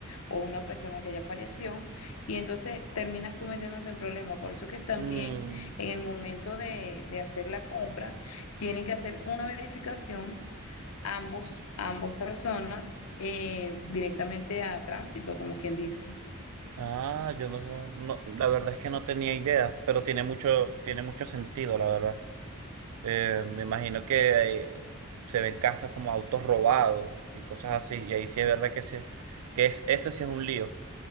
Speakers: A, on the left; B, on the right.
A: o una persona que ya falleció y entonces terminas tú metiéndote en problemas. Por eso que también
B: Mm,
A: en el momento de, de hacer la compra tienen que hacer una verificación ambos, ambos personas eh, directamente a tránsito, como quien dice.
B: Ah, yo no, no, la verdad es que no tenía idea, pero tiene mucho, tiene mucho sentido, la verdad. Eh, me imagino que eh, se ven casos como autos robados y cosas así. Y ahí sí es verdad que, se, que es, eso sí es un lío.